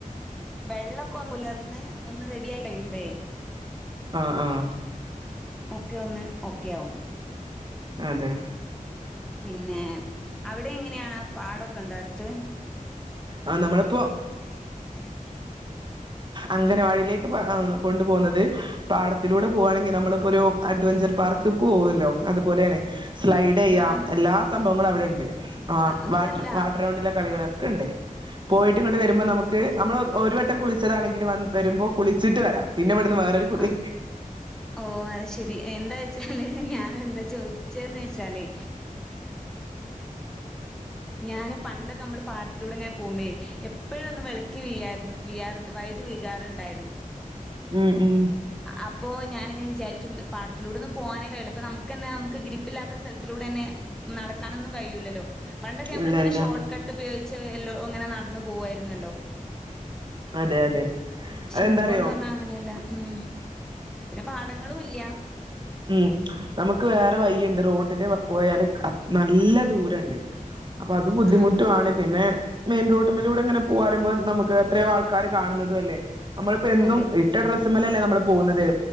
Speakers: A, in the centre; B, on the right (about 35°).
A: വെള്ളൊക്കെ ഒന്ന് ഉലർന്ന് ഒന്ന് റെഡി ആയി കഴിയുമ്പഴേ
B: ആഹ് ആഹ്
A: ഒക്കെ ഒന്ന് ഓക്കെ ആവും
B: അതെ
A: പിന്നെ അവിടെ എങ്ങനെയാണ് പാടൊക്കെ ഉണ്ടോ അടുത്ത്
B: ആഹ് നമ്മളിപ്പോ
A: <inaudible>
B: അംഗനവാടിയിലേക്ക് കൊണ്ടു പോകുന്നത് പാടത്തിലൂടെ പോവാണെങ്കില് നമ്മള് ഇ ഒരു അഡ്വെഞ്ചർ പാർക്ക് പോവല്ലോ അതുപോലെയാണ് സ്ലൈഡ് ചെയ്യാം
A: ആഹ്
B: എല്ലാ സംഭവങ്ങളും അവിടെ ഉണ്ട്
A: അതും
B: വാട്ടർ
A: അല്ല
B: വാട്ടർ റൗണ്ടിലെ കളികളൊക്കെ ഉണ്ട് പോയിട്ട് ഇങ്ങോട്ട് വരുമ്പോ നമുക്ക് നമ്മൾ ഒരു വവട്ടം കുളിച്ചതാണെങ്കിൽ വ വരുമ്പോ കുളിച്ചിട്ട് വരാം പിന്നെ ഇവിടുന്ന് വറെരു കുളി
A: ആ ഓ അത് ശെരി എന്താ വച്ചാല് ഞാൻ എന്താ ചോദിച്ചന്ന് വെച്ചാല് ഞാൻ പണ്ടൊക്കെ നമ്മള് പാട്ടത്തിലൂടെ ഇങ്ങനെ പോകുമ്പേ എപ്പോഴും ഒന്ന് വിള ക്കി വീയാറ് വൈയതി വീയാറുണ്ടായിരുന്നു
B: ഉം ഉം
A: അപ്പോ ഞാനിങ്ങനെ വിചാരിക്കും പാടത്തിലൂടെന്ന് പോകാനേ കഴയില്ല അപ്പോ നമുക്ക് തന്നെ നമുക്ക് ഗ്രിപ്പില്ലാത്ത സ്ഥലത്തിലൂടെ തന്നെ നടക്കാനൊന്നും കഴിയൂല്ലല്ലോ പണ്ടൊക്കെ നമ്മള
B: ഇല്ല
A: ഇങ്ങനെ
B: ഇല്ല
A: ഷോർട്ട് കട്ട് ഉപയോഗിച്ച് എല്ലോ ഇങ്ങനെ നടന്നു പോകുായിരുന്നല്ലോ
B: അതെ അതെ
A: പക്ഷേ
B: അതെന്താറിയോ
A: ഇപ്പന്ന് പറഞ്ഞാ അങ്ങനെയല്ല ഉം പിന്നെ പാടങ്ങളും ഇല്ല്യ
B: ഉം നമുക്ക് വേറെ വയ്യുണ്ട് റോട്ടില് പോയാല് നല്ല ദൂരുണ്ട് അപ്പൊ അത് ബുദ്ധിമുട്ടുാണ്
A: ആഹ്
B: പിന്നെ മെയിൻ റോട്ടിമ്മലൂടെ ഇങ്ങനെ പോവാറുമ്പോ നമുക്ക് എത്രയോ ആൾക്ക ആക്കാര് കാണുന്നതും അല്ലേ നമ്മളിപ്പോ എന്നും
A: അതെ
B: ഇട്ട ഡ്രസ്സമ്മലല്ലേ നമ്മള് പോകുന്നത്